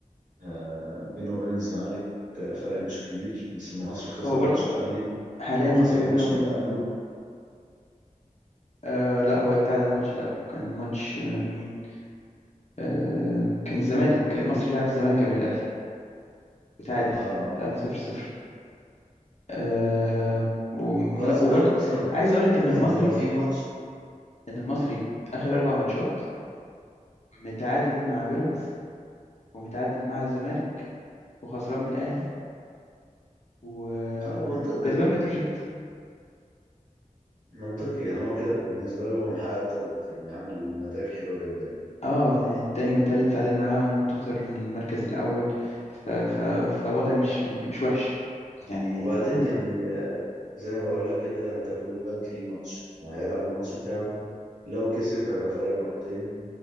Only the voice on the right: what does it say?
آه بينه وبين الزمالك فرق مش كبير بس المصري خسر
ماتش الأهلي
وخسر
الماتش
اللي قبله
اه اه
اه
الزمالك
اصلا
يعني لو في ماتش
اتفضل.
اه هو منطقي
يعني
منطقي يعني هو كده بالنسبة له هو محقق التارجت يعني عامل نتائج حلوة جدا يعني
وبعدين يعني زي ما بقول لك كده انت بتقول البنك ليه ماتش هيلعب الماتش بتاعه لو كسب هيبقى فرق نقطتين